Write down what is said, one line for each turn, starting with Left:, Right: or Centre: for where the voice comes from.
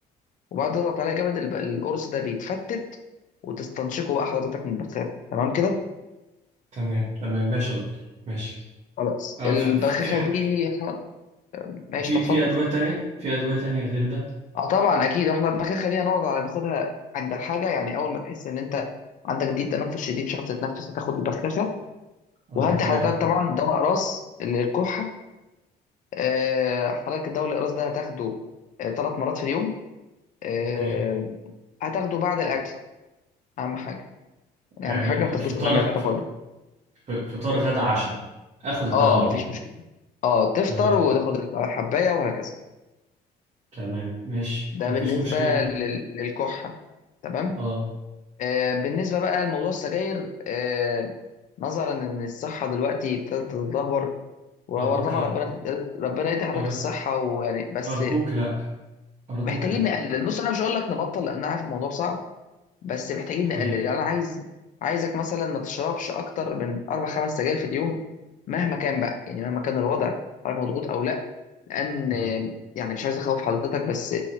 Left: وبعد ما تقطع عليها جامد الب- القرص ده بيتفتت وتستنشقه بقى حضرتك من البخاخة تمام كده
Right: تمام تمام ماشي يا دكتور ماشي
Left: خلاص
Right: آه
Left: البخاخة
Right: في في في ح-
Left: دي هنقعد ماشي
Right: في
Left: طب اتفضل
Right: في ادويه
Left: اتفضل
Right: تانية في ادويه تانية غير ده
Left: اه طبعا اكيد واحنا البخاخة دي هنقعد على ناخدها عند الحاجة يعني اول ما تحس ان انت عندك ضيق تنفس شديد مش عارف تتنفس هتاخد البخاخة
Right: اه
Left: وهدي
Right: تمام
Left: حضرتك طبعا دواء اقراص للكحة آه، حضرتك الدواء الاقراص ده هتاخده ثلاث مرات في اليوم آه،
Right: اوكي
Left: هتاخده بعد الاكل اهم حاجة يعني
Right: يعني
Left: اهم حاجة ما تاخدوش
Right: آه، فطار
Left: ولا معدة
Right: ف-
Left: خالص.
Right: ف- فطار غدا عشاء اخد الدواء
Left: اه
Right: على
Left: مفيش
Right: طول
Left: مشكله اه تفطر
Right: تمام
Left: وتاخد الحبايه وهكذا
Right: تمام ماشي
Left: ده
Right: مفيش
Left: بالنسبه
Right: مشكله
Left: لل... للكحه تمام
Right: اه
Left: آه بالنسبه بقى لموضوع السجاير آه نظرا ان الصحه دلوقتي ابتدت تتدهور وهو
Right: ارجوك
Left: طبعا
Right: لا
Left: ربنا ربنا يدي حضرتك
Right: أر-
Left: الصحه ويعني بس
Right: أرجوك لأ أرجوك
Left: محتاجين
Right: لأ
Left: نقلل بص انا مش هقول لك نبطل لان انا عارف الموضوع صعب بس محتاجين
Right: حقيقي
Left: نقلل يعني انا عايز عايزك مثلا ما تشربش اكتر من اربع خمس سجاير في اليوم مهما كان بقى يعني مهما كان الوضع حضرتك مضغوط او لا لان
Right: مم.
Left: يعني مش عايز اخوف حضرتك بس